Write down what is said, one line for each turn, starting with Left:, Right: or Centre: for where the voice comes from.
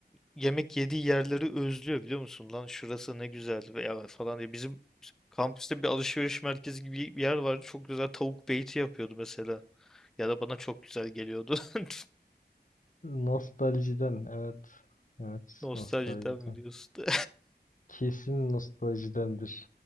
Centre: yemek yediği yerleri özlüyor biliyor musun? Lan şurası ne güzel veya falan diye. Bizim kampüste bir alışveriş merkezi gibi bir yer vardı. Çok güzel tavuk beyti yapıyordu mesela. Ya da bana çok güzel geliyordu. <laughs>
Left: Nostaljiden evet. Evet
Centre: Nostaljiden
Left: nostaljiden.
Centre: mi diyorsun?
Left: Kesin nostaljidendir.